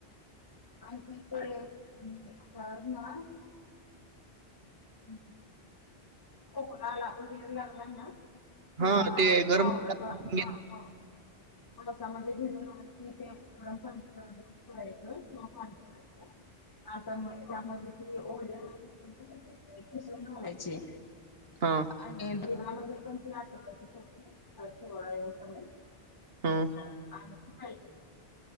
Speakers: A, on the left; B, on the right.
A: आणखी ते हळद ना हम्म खोकला आला वगैरे लागला ना किंवा
B: हा ते गरम
A: पावडरचा
B: करून घे-
A: वापर पावसामध्ये भिजून आलं कि ते गरम पाणी दूध करायचं किंवा पाणी कराय.
B: <inaudible>
A: हा तर त्यामध्ये ओली हळद असते ना ती खिसून घालायची
B: हा
A: आणि दधुरामध्ये पण ती आठवड्याची थोडी थोळा येऊपर्यंत
B: हा
A: का